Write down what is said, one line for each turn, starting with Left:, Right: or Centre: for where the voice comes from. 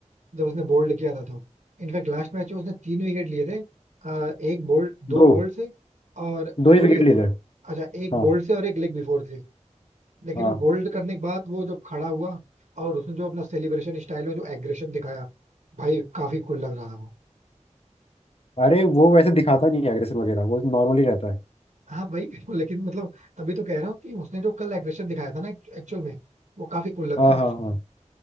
Right: जब उसने बोल्ड किया था तो इनफैक्ट लास्ट मैच में उसने तीन विकेट लिए थे अ, एक बोल्ड दो
Left: दो
Right: बोल्ड से और
Left: दो ही विकेट
Right: दो लिए
Left: ले
Right: थे
Left: रहे हैं
Right: अच्छा एक
Left: हाँ
Right: बोल्ड से और एक लेग बिफोर से लेकिन
Left: हाँ
Right: वो बोल्ड करने के बाद वो जब खड़ा हुआ और उसने जो अपना सेलिब्रेशन स्टाइल में जो एग्रेशन दिखाया भाई काफी कूल लग रहा था वो
Left: अरे वो वैसे दिखाता नहीं है एग्रेशन वगैरह वो नॉर्मली रहता है
Right: हाँ भाई <laughs> लेकिन मतलब तभी तो कह रहा हूँ कि उसने जो कल एग्रेशन दिखाया था ना एक्चुअल में वो काफी कूल लग
Left: हाँ
Right: रहा था
Left: हाँ
Right: उसमें
Left: हाँ